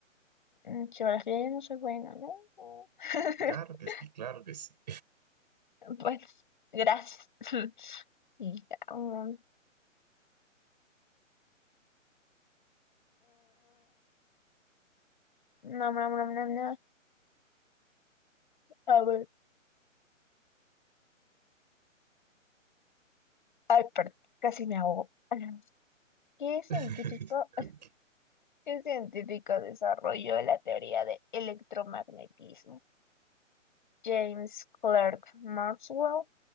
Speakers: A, on the left; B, on the right.
A: En Geografía yo no soy buena, ¿no? <laughs>
B: Claro que sí, claro que sí.
A: Pues, gracias. <laughs> Sigamos. No, no, no, no, no. A ver. Ay, perdón, casi me ahogo. <laughs> ¿Qué científico,
B: <laughs> Ok.
A: qué científico desarrolló la teoría de electromagnetismo? James Clerk Maxwell,